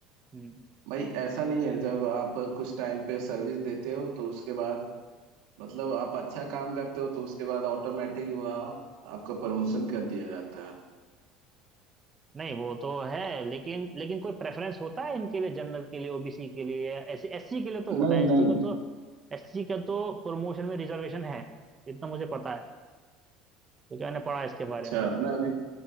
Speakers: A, on the right; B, on the right.
A: हम्म,
B: भाई ऐसा नहीं है जब आप कुछ टाइम पे सर्विस देते हो तो उसके बाद मतलब आप अच्छा काम करते हो तो उसके बाद ऑटोमेटिक वहाँ आपका प्रमोशन कर दिया जाता है
A: नहीं वो तो है लेकिन लेकिन कोई प्रेफरेंस होता है इनके लिए जनरल के लिए ओबीसी के लिए या एससी एससी के लिए तो होता
B: नहीं
A: है एससी
B: नहीं
A: का तो एससी का तो प्रमोशन में रिजर्वेशन है इतना मुझे पता है क्योंकि मैंने पढ़ा है इसके
B: अच्छा
A: बारे में
B: मैंने